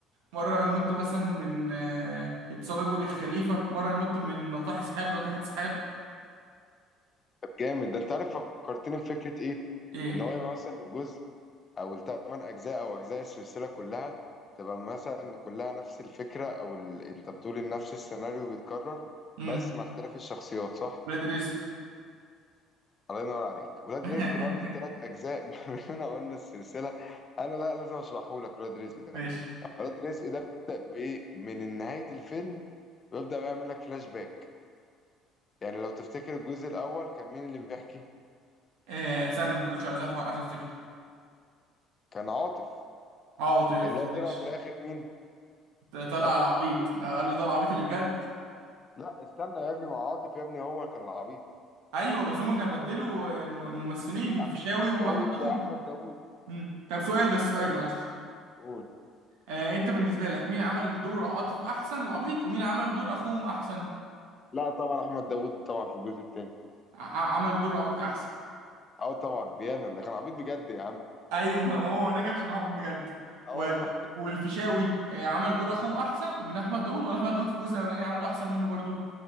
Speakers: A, on the right; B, on the left.
A: مرة ينط مثلا من آه، يتسلق برج الخليفة مرة ينط من ناطحة سحاب لناطحة سحاب
B: طب جامد ده انت عارف فكرتني بفكره ايه
A: ايه
B: ان هو يبقى مثلا الجزء او الثمان اجزاء او اجزاء السلسله كلها تبقى مثلا كلها نفس الفكره او ال... انت بتقول ان نفس السيناريو بيتكرر
A: امم
B: بس مع اختلاف الشخصيات صح
A: ولاد رزق
B: الله ينور عليك ولاد
A: <laughs>
B: رزق برضو الثلاث اجزاء <laughs> مننا قلنا السلسله انا لا لازم اشرحه لك ولاد رزق ده
A: ماشي
B: ولاد رزق ده بيبدا بايه من نهايه الفيلم بيبدا بيعمل لك فلاش باك يعني لو تفتكر الجزء الأول كان مين اللي بيحكي؟
A: آه استنى ما تقولش عايز أف- عايز افتكر
B: كان عاطف
A: اه لطيف
B: اللي هو
A: ماشي
B: طلع في الآخر مين؟
A: ط- طلع
B: طلع
A: العبيط
B: أخوه
A: آه، قال له ده العبيط اللي بجد
B: لا استنى يا ابني مع عاطف يا ابني هو كان العبيط
A: ايوه بس هما كانوا بدلوا الم- الممثلين الفيشاوي
B: أحمد
A: واحمد
B: جاوب
A: داوود
B: أحمد داوود
A: مم. طب سؤال بس سؤال
B: يعني
A: معلش
B: قول
A: آه انت بالنسبه لك مين عمل دور عاطف احسن العبيط ومين عمل دور اخوهم احسن
B: لا طبعا أحمد داوود طبعا في الجزء التاني
A: ع- ع- عمل دور عبيط احسن
B: أو طبعا بيامن ده كان عبيط بجد يا عم
A: ايوه ما هو نجح عشان هو عبيط بجد
B: اه
A: و...
B: والله
A: والفيشاوي آه عمل دور اخوهم احسن من احمد داوود ولا احمد داوود في الجزء الاولاني عمله احسن منه برضو